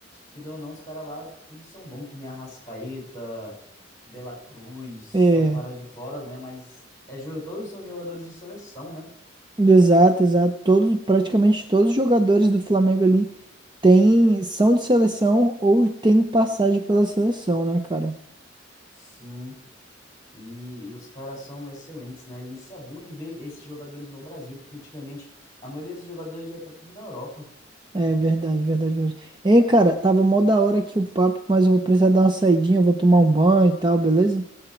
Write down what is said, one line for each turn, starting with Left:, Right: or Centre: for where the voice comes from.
Left: querendo ou não, os caras lá tudo são bons, que nem Arrascaeta, De La Cruz,
Right: É,
Left: são caras de fora, né, mas é jogo, todos são jogadores de seleção, né?
Right: exato, exato. Todos, praticamente todos os jogadores do Flamengo ali têm, são de seleção ou têm passagem pela seleção, né, cara?
Left: Sim. E, e os caras são excelentes, né? E isso é bom de ver esses jogadores no Brasil, porque antigamente a maioria desses jogadores já tá tudo na Europa.
Right: É verdade, verdade mesmo. hein cara, tava mó da hora aqui o papo, mas eu vou precisar dar uma saidinha, eu vou tomar um banho e tal, beleza?